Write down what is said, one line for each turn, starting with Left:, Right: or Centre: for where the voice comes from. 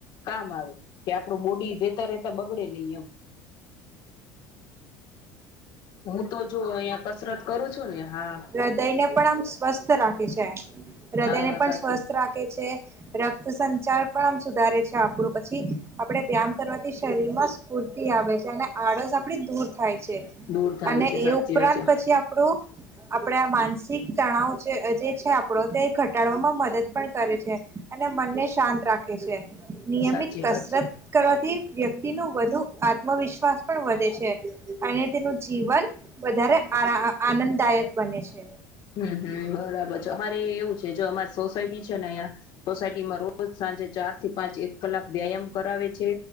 Left: કામ આવે કે આપણું બોડી રહેેતા રેતા બગડે નહી એમ. હું તો જો અહિયાં કસરત કરું છું, ને હા
Right: હૃદયને પણ આમ સ્વસ્થ રાખે છે. હૃદયને
Left: હા
Right: પણ
Left: સાચી
Right: સ્વસ્થ રાખે છે. રક્ત સંચાર પણ આમ સુધારે છે આપણું. પછી આપડે વ્યાયામ કરવાથી શરીર માં સ્ફૂર્તિ આવે છે. જેને આળસ આપડી દૂર થાય છે,
Left: દૂર થાય
Right: અને
Left: છે સાચી
Right: એ ઉપરાંત
Left: વાત
Right: પછી આપણું આપણે આ માનસિક તણાવ જે જે છે આપણો તે ઘટાડવામાં મદદ પણ કરે છે, અને મનને શ શાંત રાખે છે. નિયમિત
Left: સાચી
Right: કસરત
Left: વાત છે
Right: કરવા. થી વ્યક્તિ નું વધુ આત્મવિશ્વાસ પણ વધે છે. અને તેનું જીવન વધારે આરા આનંદદાયક બને છે.
Left: હમ હમ બરાબર છે. અમારે એવું છે જો અમારી સોસાયટી છે ને અહીંયા સોસાયટી માં રોજ સાંજે ચાર થી પાંચ એક કલાક વ્યાયામ કરે આવે છે.